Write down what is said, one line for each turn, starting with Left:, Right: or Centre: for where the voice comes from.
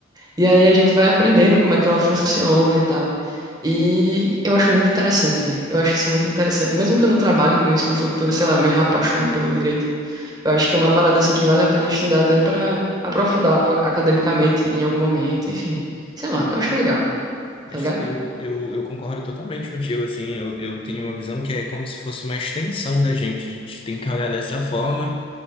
Right: E aí a gente vai aprendendo como é que ela funciona e tal. E eu acho muito interessante, velho. Eu acho isso muito interessante. Mesmo que eu não trabalhe com isso no futuro, sei lá, eu me apaixone pelo direito. Eu acho que é uma parada assim que vale a pena estudar até pra aprofundar academicamente em algum momento, enfim. Sei lá,
Left: Eu,
Right: eu acho legal,
Left: essa-
Right: tá ligado?
Left: eu, eu, eu concordo totalmente contigo, assim, eu, eu tenho uma visão que é como se fosse uma extensão da gente, a gente tem que olhar dessa forma